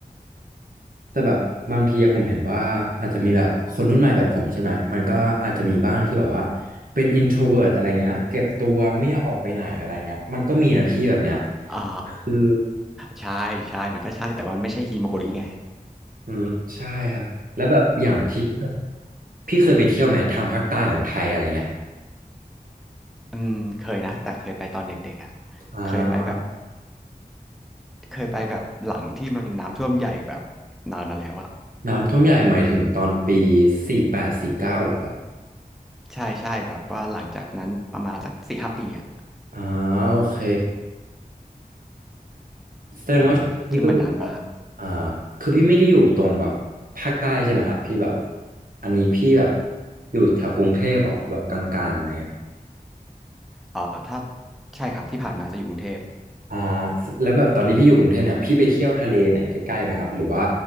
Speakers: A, on the right; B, in the centre.
A: แต่แบบบางทีอะผมเห็นว่าอาจจะมีแบบคนรุ่นใหม่แบบผมใช่ไหมมันก็อาจจะมีบ้างที่แบบว่าเป็น introvert อะไรเงี้ยเก็บตัวไม่อยากออกไปไหนอะไรเงี้ยมันก็มีนะพี่แบบเนี้ย
B: อ่า
A: คือ
B: ใช่ใช่มันก็ใช่แต่มันไม่ใช่ฮิโมโกริไง
A: อืมใช่ครับแล้วแบบอย่างที่พี่เคยไปเที่ยวไหมทางภาคใต้ของไทยอะไรเงี้ย
B: <laughs> อืมเคยนะแต่เคยไปตอนเด็กๆอ่ะ
A: อ่า
B: เคยไปแบบเคยไปแบบหลังที่มันน้ำท่วมใหญ่แบบนานมาแล้วอ่ะ
A: น้ำท่วมใหญ่หมายถึงตอนปีสี่แปดสี่เก้าหรอครับ
B: ใช่ใช่แบบว่าหลังจากนั้นประมาณสักสี่ห้าปีอ่ะ
A: อ่าโอเคแสดงว่าช่วงนี้พี่ก็อยู่แบบอ่า
B: เออซึ่งมันนานมาก
A: คือพี่ไม่ได้อยู่ตรงแบบภาคใต้ใช่ไหมครับพี่แบบอันนี้พี่แบบอยู่แถวกรุงเทพเหรอแบบกลางๆอะไรเงี้ย
B: เออถ้าใช่ครับที่ผ่านมาจะอยู่กรุงเทพ
A: อ่าแล้วแบบตอนที่พี่อยู่กรุงเทพเนี่ยพี่ไปเที่ยวทะเลไหนใกล้ๆไหมครับหรือว่า